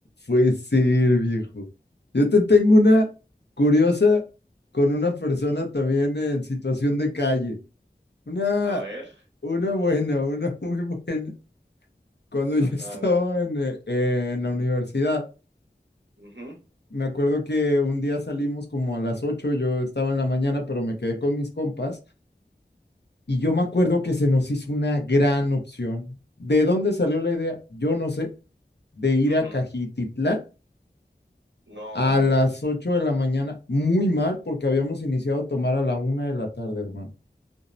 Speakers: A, on the left; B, on the right.
A: Puede ser, viejo. Yo te tengo una curiosa con una persona también en situación de calle. Una
B: A ver,
A: Una buena, una <laughs> muy buena. Cuando
B: ajá,
A: yo estaba
B: a ver.
A: en, eh, en la universidad,
B: Ujú,
A: me acuerdo que un día salimos como a las 8. yo estaba en la mañana, pero me quedé con mis compas y yo me acuerdo que se nos hizo una gran opción. ¿De dónde salió la idea? Yo no sé, de ir
B: ujú.
A: a Cajititlán
B: No,
A: a las 8 de la mañana, muy mal porque habíamos iniciado a tomar a la una de la tarde, hermano.